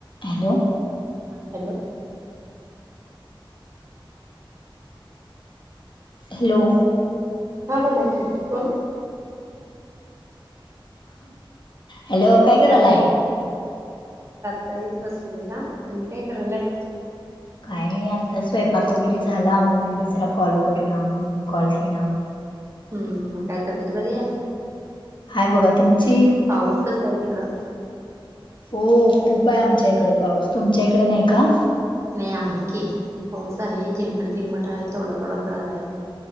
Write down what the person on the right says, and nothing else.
हा Hello.
हा बोला की कोण?
आता हेच बसलेय हा, तुम्ही काय करालाय?
मग काय तब्येत बरी हाय?
पाऊस कसा आहे तिकडं
नाही आहे की, पाऊस आहे झिरमट फिरमट आहे थोडं थोडा पडालाय.